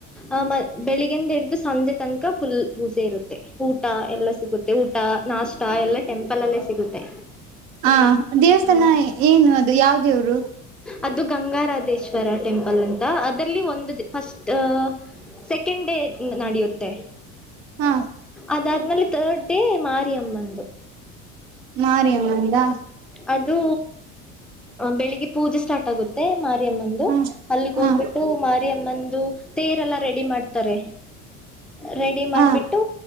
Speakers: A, in the centre; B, on the right.
A: ಆಹ ಮ ಬೆಳಿಗಿಂಡಿದು ಸಂಜೆ ತನಕ ಫುಲ್ ಪೂಜೆ ಇರುತ್ತೆ. ಊಟ ಎಲ್ಲ ಸಿಗುತ್ತೆ ಊಟ ನಾಷ್ಟ ಎಲ್ಲ ಟೆಂಪಲ್ ಅಲ್ಲೇ ಸಿಗುತ್ತೆ.
B: ಹ ದೇವಸ್ಥಾನ
A: ಹ್ಮ್
B: ಏನು ಅದು ಯಾವ ದೇವ್ರು.
A: ಅದು ಗಂಗಾರಾಧೇಶ್ವರ ಟೆಂಪಲ್ ಅಂತ ಅದಲ್ಲಿ ಒಂದು ಫಸ್ಟ್ ಸೆಕೆಂಡ್ ಡೇ ನಡೆಯುತ್ತೆ.
B: ಹ್ಮ.
A: ಅದಾದ್ಮೇಲೆ ಥರ್ಡ್ ಡೇ ಮಾರಿ ಅಮ್ಮಂದು.
B: ಮಾರಿಯಮ್ಮಂದಾ.
A: ಅದು ಬೆಳಿಗ್ಗೆ ಪೂಜೆ ಸ್ಟಾರ್ಟ್ ಆಗುತ್ತೆ ಮತ್ ಮಾರಿಯಮ್ಮಂದು
B: ಹಾ
A: ಅಲ್ಲಿಗೆ
B: ಹಾ
A: ಹೋಗ್ಬಿಟ್ಟು ಮಾರಿಯಮ್ಮಂದು ತೇರೆಲ್ಲ ರೆಡಿ ಮಾಡ್ತಾರೆ. ರೆಡಿ ಮಾಡ್ಬಿಟ್ಟು
B: ಹಾ